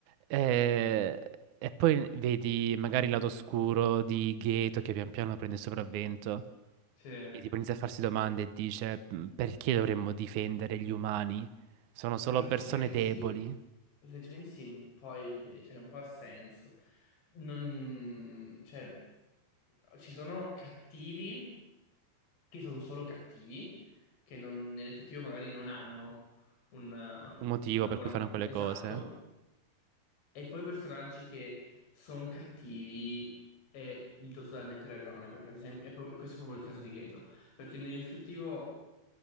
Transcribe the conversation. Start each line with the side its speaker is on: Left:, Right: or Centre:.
Right: Eh, E, poi vedi magari il lato oscuro di Gato che pian piano prende il sopravvento
Left: sì.
Right: e tipo inizia a farsi domande e dice: "Mm, Perché dovremmo difendere gli umani? Sono solo
Left: Però se
Right: persone
Left: ci pensi,
Right: deboli.
Left: se ci pensi un po', è ve- cioè un po' ha senso. Non, cioè, ci sono cattivi che sono solo cattivi, che non- nell'effettivo magari non hanno un, um,
Right: Un motivo
Left: una
Right: per
Left: buona...
Right: cui fanno quelle
Left: Esatto.
Right: cose.
Left: E poi personaggi che sono cattivi e gli do totalmente ragione, perché ad esempio, è pro- questo è proprio il caso di Geto, perché nell'effettivo,